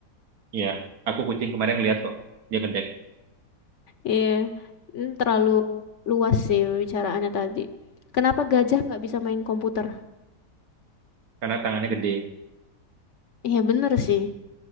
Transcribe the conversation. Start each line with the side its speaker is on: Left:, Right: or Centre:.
Right: Ya, aku kucing kemarin lihat kok dia ngedek.
Left: Iya, Mm, terlalu luas sih bicaraannya tadi. Kenapa gajah nggak bisa main komputer?
Right: karena tangannya gede.
Left: Iya bener sih.